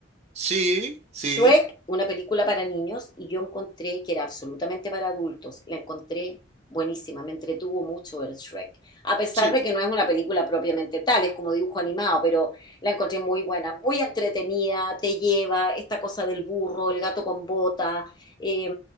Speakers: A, on the right; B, on the left.
A: Sí, sí,
B: Shrek, una película para niños, y yo encontré que era absolutamente para adultos. La encontré buenísima, me entretuvo mucho ver Shrek. A pesar
A: sí,
B: de que no es una película propiamente tal, es como dibujo animado, pero la encontré muy buena, muy entretenida, te lleva esta cosa del burro, el gato con bota, eh,